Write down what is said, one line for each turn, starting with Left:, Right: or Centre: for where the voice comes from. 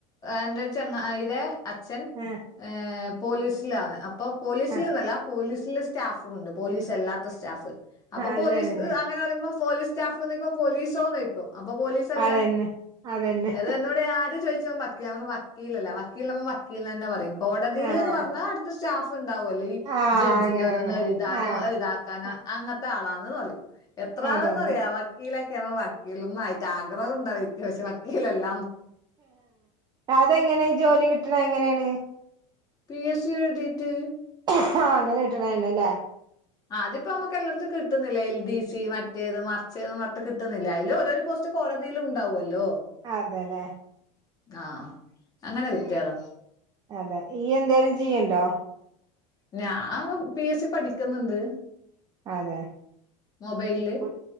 Left: എന്റെ ചങ്ങയിടെ അച്ഛൻ
Right: ആഹ്
Left: എഹ് പോലീസിലാണ് അപ്പൊ പോലീസല്ന്നല്ല
Right: ആഹ്
Left: പോലീസില് സ്റ്റാ സ്റ്റാഫും ഉണ്ട് പോലീസ് അല്ലാത്തസ്റ്റാഫ് അപ്പൊ
Right: അത്
Left: പോലീസ്
Right: തന്നെ
Left: അങ്ങനെ പറയുമ്പോ പോലീസ് സ്റ്റാഫ്ന്നുക്കേമ്പോ പോലീസ് അപ്പൊ പോലീസല്ല
Right: അതന്നെ അതന്നെ
Left: ഇതെന്നോട് ആര് ചോദിച്ച വക്കിലന്നോ വക്കീലല്ല വക്കിലിന് നമ്മ വക്കീൽ തന്നെ പറയും കോടതിലെന്ന്
Right: ആഹ്
Left: പറഞ്ഞാ അടുത്ത സ്റ്റാഫ് ഉണ്ടാവുല്ലോ ഈ
Right: ആ
Left: ജഡ്ജിന്റെ
Right: അങ്ങനെ
Left: ഒരോന്ന്
Right: അങ്ങനെ.
Left: എഴുതാനോ
Right: ആ.
Left: ഇതാക്കാനോ
Right: അ
Left: അങ്ങനത്തെ ആളാന്ന് പറയും എത്ര ആള്ന്നറിയോ
Right: അതെ അതെ.
Left: വക്കീലൊക്കേണ്ന്ന് വക്കീൽന്നായിട്ട് ആ ഉണ്ടരിക്ക പക്ഷെ വക്കീലല്ല
Right: അതെങ്ങനെ ഈ ജോലി കിട്ടണങ്ങനെയാണ്
Left: പി എസ് സി എഴുതിട്ട്
Right: ആഹ് അങ്ങനെ കിട്ടണയാണല്ലേ
Left: ആഹ് അതിപ്പൊ നമുക് എല്ലടുത് കിട്ടുന്നില്ലേ എൽ ഡി സി മറ്റേത് മറിച്ചെത് കിട്ടുന്നില്ല അതില് ഓരോരു പോസ്റ്റ് കോടതില് ഉണ്ടാവുല്ലോ
Right: അതെല്ലെ
Left: ആഹ് അങ്ങനെ കിട്ടിയതാ
Right: അതെ ഈ എന്തെലും ചെയ്യണ്ടോ
Left: ഞാ പി എസ് സി പഠിക്കുന്നുണ്ട്
Right: അതെ
Left: മൊബൈല്
Right: കു